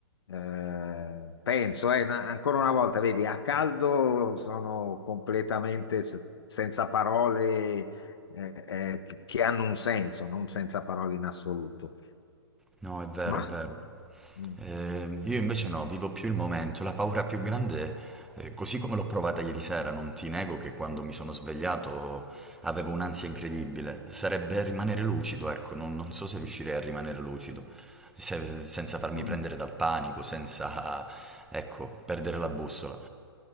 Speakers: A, on the left; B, in the centre.
A: Eh, penso, eh, na- ancora una volta, vedi, a caldo sono completamente se- senza parole eh, eh, che che hanno un senso, non senza parole in assoluto.
B: No, è vero,
A: Ma
B: è vero.
A: mm,
B: Ehm, io invece no, vivo più il momento. La paura più grande, eh, così come l'ho provata ieri sera, non ti nego che quando mi sono svegliato avevo un'ansia incredibile. Sarebbe rimanere lucido, ecco, non, non so se riuscirei a rimanere lucido, se- senza farmi
A: mm.
B: prendere dal panico, senza, ecco, perdere la bussola.